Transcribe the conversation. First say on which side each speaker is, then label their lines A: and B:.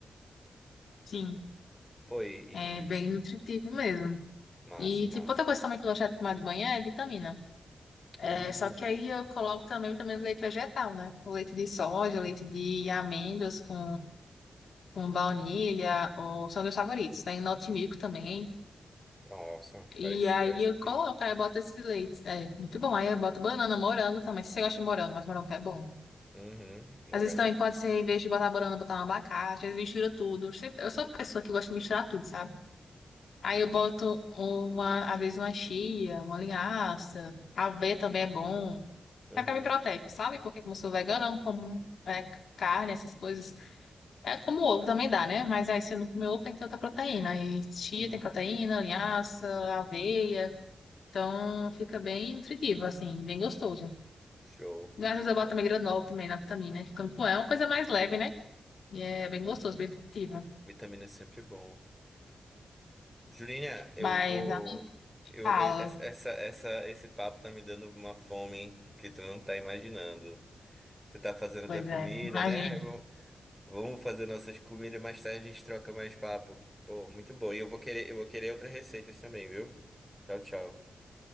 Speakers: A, on the left; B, in the centre.
A: Sim,
B: Pô, e,
A: é bem
B: e isso,
A: nutritivo mesmo.
B: massa,
A: E,
B: massa.
A: tipo, outra coisa também que eu gosto de tomar de manhã é vitamina. É,
B: Uh,
A: só que aí eu coloco também o vitamina do leite vegetal, né? O leite de soja, o leite de amêndoas com, com baunilha, ou, são meus favoritos. Tem Noti Milk também.
B: nossa,
A: E
B: parece,
A: aí
B: parece
A: eu
B: ser
A: coloco,
B: firme.
A: aí eu boto esses leites. É muito bom. Aí eu boto banana, morango também. Se você gosta de morango, mas morango é bom.
B: Uhum, morango.
A: Às vezes também pode ser, em vez de botar banana, botar um abacate, às vezes mistura tudo. Se- Eu sou uma pessoa que gosta de misturar tudo, sabe? Aí eu boto uma, às vezes uma chia, uma linhaça, aveia também é bom.
B: Uhum,
A: Até me protege, sabe? Porque como eu sou vegana, eu não como é, carne, essas coisas. É como ovo também dá, né? Mas aí se eu não comer ovo, tem que ter outra proteína. Aí chia
B: uhum,
A: tem proteína, linhaça, aveia. Então fica bem nutritivo, assim, bem gostoso.
B: show.
A: Às vezes eu boto também granola também na vitamina, né? Fica- é uma coisa mais leve, né? E é bem gostoso, bem nutritivo.
B: Vitamina é sempre bom. Julinha, eu
A: Mas
B: vou.
A: ela me
B: Eu,
A: fala.
B: e- essa, essa, essa- esse papo tá me dando uma fome que tu não tá imaginando. Tu tá fazendo
A: Pois
B: tua comida,
A: é, imagina.
B: né? Vamo- Vamos fazer nossas comidas, mais tarde a gente troca mais papo. Pô, muito bom. E eu vou querer, eu vou querer outras receitas também, viu? Tchau, tchau.